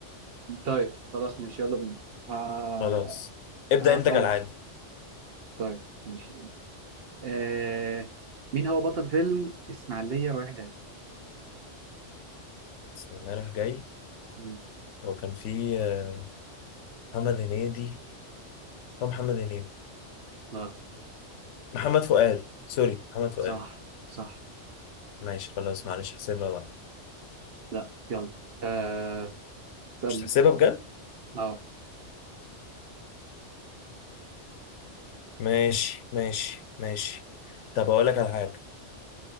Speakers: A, on the right (about 60°); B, on the left (about 75°).
A: طيب خلاص ماشي يلا بينا ه...
B: خلاص ابدأ انت
A: هسألك
B: كالعادة
A: طيب ماشي آه... مين هو بطل فيلم إسماعيلية رايح جاي
B: بسم الله رايح جاي
A: مم.
B: لو كان في آه، محمد هنيدي أو محمد هنيدي
A: غلط
B: محمد فؤاد سوري محمد فؤاد
A: صح صح
B: ماشي خلاص معلش هحسبها بقى
A: لا يلا آه... استنى
B: مش تحسبها بجد
A: اه
B: ماشي ماشي ماشي طب اقول لك على حاجة